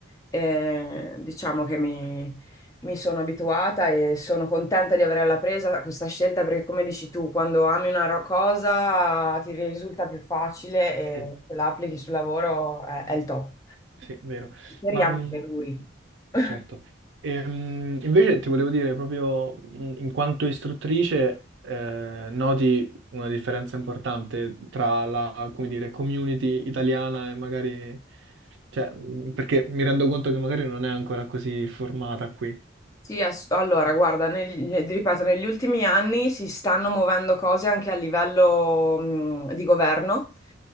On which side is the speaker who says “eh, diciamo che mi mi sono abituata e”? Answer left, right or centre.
Left